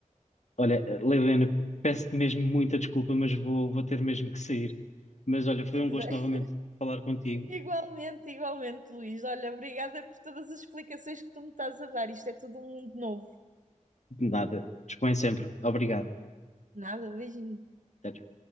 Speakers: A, on the left (about 60°); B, on the right (about 75°).
A: Olha, Leilena, peço-te mesmo muita desculpa, mas vou, vou ter mesmo que sair. Mas olha, foi
B: Tudo
A: um gosto
B: bem.
A: novamente falar contigo.
B: Igualmente, igualmente, Luís. Olha, obrigada por todas as explicações que tu me estás a dar. Isto é tudo um mundo novo.
A: Nada. Dispõe sempre. Obrigado.
B: Nada, beijinho.
A: até já